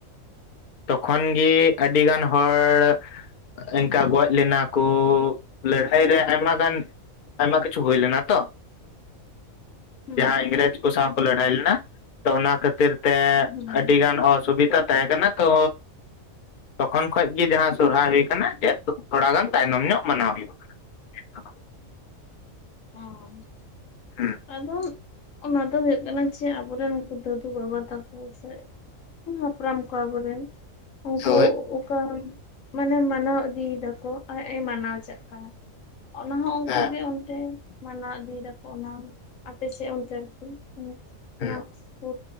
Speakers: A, on the left; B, on the left.
A: ᱛᱚᱠᱷᱚᱱ ᱜᱮ ᱟᱹᱰᱤ ᱜᱟᱱ ᱦᱚᱲ ᱤᱱᱠᱟ ᱜᱚᱡ ᱞᱮᱱᱟ ᱠᱚ ᱞᱟᱹᱲᱦᱟᱹᱭ ᱨᱮ ᱟᱭᱢᱟ ᱜᱟᱱ ᱟᱭᱢᱟ ᱠᱤᱪᱷᱩ ᱦᱩᱭ ᱞᱮᱱᱟ ᱛᱚ
B: ᱦᱩᱸ
A: ᱡᱟᱦᱟᱸ ᱤᱝᱨᱮᱡᱽ ᱠᱚ ᱥᱟᱶ ᱠᱚ ᱞᱟᱹᱲᱦᱟᱹᱭ ᱞᱮᱱᱟ ᱛᱚ ᱚᱱᱟ ᱠᱷᱟᱹᱛᱤᱨ ᱛᱮ
B: ᱦᱩᱸ
A: ᱟᱹᱰᱤ ᱜᱟᱱ ᱚᱥᱩᱵᱤᱫᱷᱟ ᱛᱟᱦᱮᱸ ᱠᱟᱱᱟ ᱛᱚ ᱛᱚᱠᱷᱚᱱ ᱠᱷᱚᱱᱚᱡ ᱜᱮ ᱡᱟᱦᱟᱸ ᱥᱚᱨᱦᱟᱭ ᱦᱩᱭ ᱠᱟᱱᱟ ᱡᱮ ᱛᱷᱚᱲᱟ ᱜᱟᱱ ᱛᱟᱭᱱᱚᱢ ᱧᱚᱜ ᱢᱟᱱᱟᱣ ᱦᱩᱭᱩᱜ ᱠᱟᱱᱟ
B: ᱚ
A: ᱦᱩᱸ
B: ᱟᱫᱚ ᱚᱱᱟ ᱫᱚ ᱦᱩᱭᱩᱜ ᱠᱟᱱᱟ ᱪᱮ ᱟᱵᱚᱨᱮᱱ ᱩᱱᱠᱩ ᱫᱟᱹᱫᱩ ᱵᱟᱵᱟ ᱛᱟᱠᱚ ᱥᱮ ᱦᱟᱯᱲᱟᱢ ᱠᱚ ᱟᱵᱚᱨᱮᱱ ᱩᱱᱠᱩ
A: ᱦᱳᱭ
B: ᱚᱠᱟ ᱢᱟᱱᱮ ᱢᱟᱱᱟᱣ ᱤᱫᱤᱭ ᱫᱟᱠᱚ ᱟᱨ ᱮ ᱢᱟᱱᱟᱣ ᱪᱟᱜ ᱠᱟᱱᱟ, ᱚᱱᱟ ᱦᱚᱸ ᱩᱱᱠᱩᱜ
A: ᱦᱮᱸ
B: ᱜᱮ ᱚᱱᱛᱮ ᱢᱟᱱᱟᱣ ᱤᱫᱤᱭ ᱫᱟᱠᱚ, ᱚᱱᱟ ᱟᱯᱮ ᱥᱮᱫ ᱚᱱᱛᱮ ᱟᱨᱠᱤ ᱦᱮᱸ᱾
A: ᱦᱮᱸ
B: ᱢᱟᱠᱥ ᱠᱩ᱾